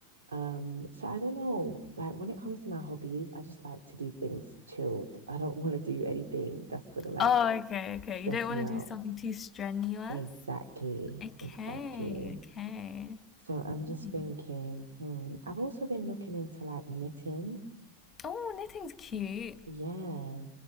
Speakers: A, on the right; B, on the left.
A: Um, so I don't know. Like, when it comes to my hobbies, I just like to do things chilled. I don't want to do anything that's gonna like
B: Oh, okay, okay.
A: stress
B: You don't
A: me
B: want
A: out.
B: to do something too strenuous?
A: Exactly,
B: Okay,
A: exactly.
B: okay.
A: So I'm just
B: Hmm.
A: thinking, hmm, I've also been looking into like knitting.
B: Oh, knitting's cute.
A: Yeah,